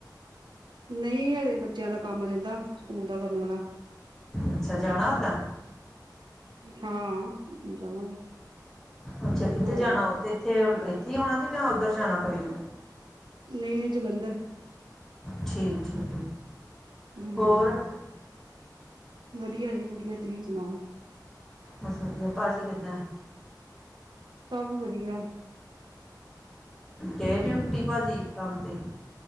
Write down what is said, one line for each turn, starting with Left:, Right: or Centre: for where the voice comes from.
Right: ਨਹੀਂ ਹਜੇ ਬੱਚਿਆਂ ਦਾ ਕੰਮ ਰਹਿੰਦਾ ਸਕੂਲ ਦਾ ਕਰਨ ਵਾਲਾ
Centre: ਅੱਛਾ ਜਾਣਾ ਉਦਾਂ
Right: ਹਾਂ ਜਾਵਾਂਗੇ
Centre: ਅੱਛਾ ਕਿੱਥੇ
Right: ਹੋਰ
Centre: ਜਾਣਾ ਉਥੇ ਇੱਥੇ ਕੀ ਹੋਣਾ ਕਿ ਜਾਂ ਉੱਧਰ ਜਾਣਾ ਪਵੇ।
Right: ਨਹੀਂ ਨਹੀਂ ਜਲੰਧਰ
Centre: ਠੀਕ ਠੀਕ
Right: ਹੂੰ
Centre: ਹੋਰ
Right: ਵਧੀਆ ਜੀ ਵਧੀਆ ਤੁਸੀਂ ਸੁਣਾਓ।
Centre: ਬਸ ਵਧੀਆ ਭਾਜੀ ਕਿੱਦਾਂ ਹੈ।
Right: ਸਭ ਵਧੀਆ ਨੇ
Centre: ਗਏ ਡਿਊਟੀ ਭਾਜੀ ਕੰਮ ਤੇ,